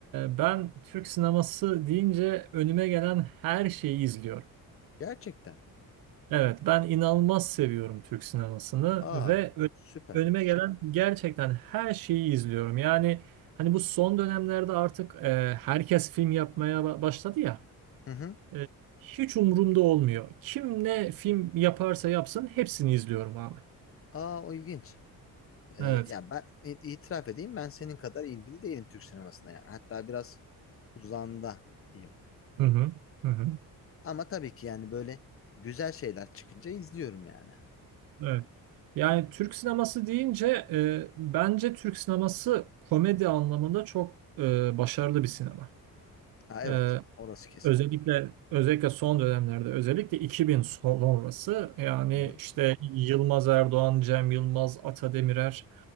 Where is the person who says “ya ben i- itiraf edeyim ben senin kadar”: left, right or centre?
Left